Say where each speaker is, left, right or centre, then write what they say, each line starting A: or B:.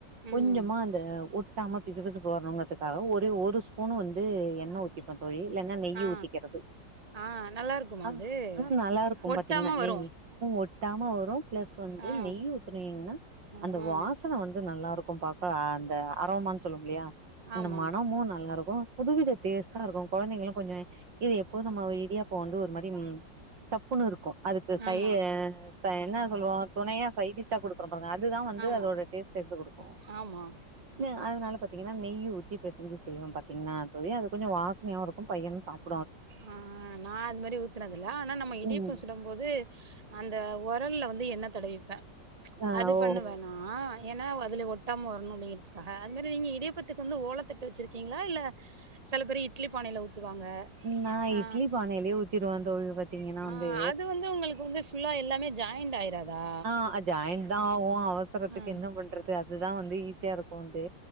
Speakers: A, on the right; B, on the right.
A: ம்
B: கொஞ்சமா அந்த ஒட் டாம பிது பிதுக்கு வர்ணுங்கதுக்காக ஒரே ஒரு ஸ்பூன் வந்து எண்ணெ ஊத்தி ப்ப தோழி இல்லன்னா நெய்யி
A: ஆ
B: ஊத்திக்கறது
A: ஆ நல்லா இருக்குமா
B: ஆ
A: அது
B: ஆ நல்லாருக்கும்
A: ஒட்டாம
B: பாத்தீங்கன்னா
A: வரு
B: நெய்யி உ ஒட்டாம வரும் பிளஸ் வந்து
A: ஆ
B: நெய் ஊத்துனீங்கன்னா
A: ஆ
B: அந்த வாசன வந்து நல்லாருக்கும் பாக்க அந்த அரோமான்னு சொல்லுவோ இல்லையா அந்த
A: ஆமா
B: மனமு நல்லாருக்கு புதுவித டேஸ்ட்டா இருக்கு கொழந்தைங்களு கொஞ்ச இது எப்போது நம்ம இடியாப்ப வந்து ஒரு மாரி சப்புன்னு இருக்கும் அதுக்கு சயி
A: ஆமா
B: ச என்ன சொல்லுவோ துணையா சைடிஸா கொடுக்குற பாருங்க அதுதா வந்து
A: ஆமா
B: அதோட டேஸ்ட்ட எடுத்து குடுக்கு
A: ஆமா
B: இல்ல அதனால பாத்தீங்கன்னா நெய்யி ஊத்தி பெசஞ்சி செய்வ பாத்தீங்கன்னா தோழி அது கொஞ்ச வாசனையாவு இருக்கு பையனனு சாப்
A: ஆ நா அது மாதிரி ஊத்துறதுல்ல ஆனா நம்ம இடியாப்ப
B: ம்
A: சுட போது அந்த ஒரல்ல வந்து எண்ணெ தடவிப்பே
B: ஆ
A: அது
B: ஓஹோ
A: பண்ணுவ நா ஏன்னா அதுல ஒட்டாம வரணு அப்டிங்கிறதுக்காக அது மாரி நீங்க இடியாப்பத்துக்கு வந்து ஓலத்தட் டு வச்சிருக்கீங்களா இல்ல சில பேரு இட்லி பானையில ஊத்துவாங்க
B: நா
A: ஆ
B: இட்லி பானையிலேயே ஊத்திடுவே தோழி பாத்தீங்கன்னா
A: ஆ
B: வந்து
A: அது வந்து உங்களுக்கு வந்து ஃபுல்லா எல்லாமே ஜாயிண்ட் ஆயிறாதா
B: ஆ ஜாயின்ட் தா ஆவு அவசரத்துக்கு
A: ஆ
B: என்ன பண்றது அதுதா வந்து ஈஸியா இருக்கு வந்து